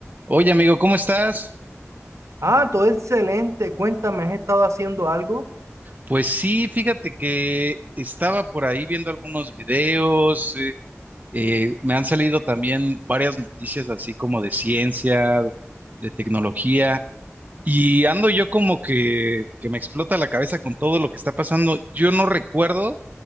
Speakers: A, on the right; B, on the right.
A: Oye, amigo, ¿cómo estás?
B: Ah, todo excelente. Cuéntame, ¿has estado haciendo algo?
A: Pues sí, fíjate que estaba por ahí viendo algunos videos, eh, eh, me han salido también varias noticias así como de ciencia, de tecnología, y ando yo como que, que me explota la cabeza con todo lo que está pasando. Yo no recuerdo